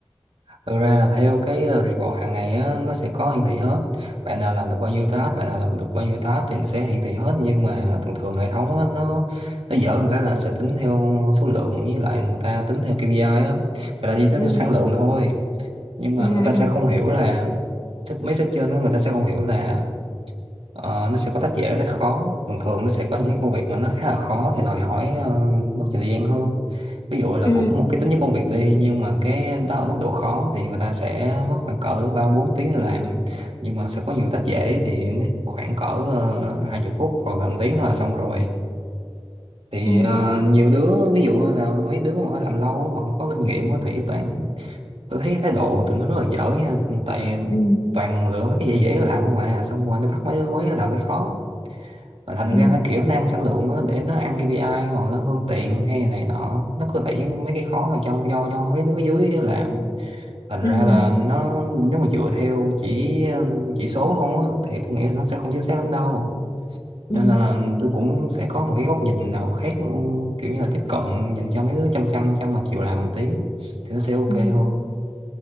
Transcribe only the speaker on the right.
Thực ra là theo cái ờ, report hàng ngày á, nó sẽ có hiển thị hết bạn nào làm được bao nhiêu task bạn nào làm được bao nhiêu task thì nó sẽ hiển thị hết nhưng mà thường thường hệ thống á, nó nó dở một cái là sẽ tính theo số lượng với lại người ta tính theo KPI á người ta chỉ tính
theo sản lượng thôi nhưng mà
người ta
sẽ không hiểu là sách mấy sách trên đó người ta sẽ không hiểu là ờ, nó sẽ có tách dễ tách khó thường thường nó sẽ có những cái công việc mà nó khá là khó thì đòi hỏi ờ, mất nhiều thời gian hơn ví dụ là
cũng một cái tính chất công việc đi nhưng mà cái đó ở mức độ khó thì người ta sẽ mất khoảng cỡ ba bốn tiếng để làm nhưng mà sẽ có nhiều tách dễ thì nó khoảng cỡ uh, hai chục phút hoặc gần tiếng thôi là xong rồi thì
ờ, nhiều đứa ví dụ là mấy đứa mà làm lâu hoặc có kinh nghiệm á, thì toàn tôi thấy thái độ tụi nó rất là dở nha tại
toàn lựa mấy cái dễ dễ làm không à xong rồi nó bắt mấy đứa mới làm cái khó mà thành
ra nó kiểu nó ăn sản lượng á, để nó ăn KPI hoặc nó hơn tiền hay này nọ nó cứ đẩy mấy cái khó vào cho cho cho mấy đứa dưới làm thành
ra là
nó nếu mà dựa theo chỉ chỉ số không á, thì tôi nghĩ là nó sẽ không chính xác lắm đâu
nên là tôi cũng sẽ có một cái góc nhìn nào khác kiểu như là tiếp cận nhìn cho mấy đứa chăm chăm chăm mà chịu làm một tí thì nó sẽ ok
hơn